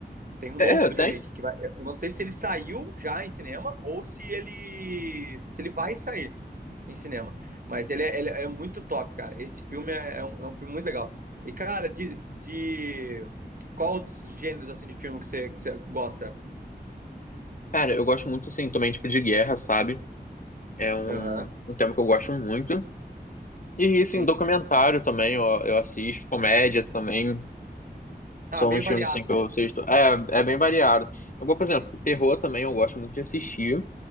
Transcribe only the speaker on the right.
Tem um
novo do
John Wick que vai. Eu não sei se ele saiu já em cinema ou se ele se ele vai sair em cinema. Mas ele é, ele é muito top, cara. Esse filme é é um, é um filme muito legal. E, cara, de, de... qual outros gêneros assim, de filme que você, que você gosta?
Aham,
sim.
Ah,
meio
variado
mesmo.
Sim.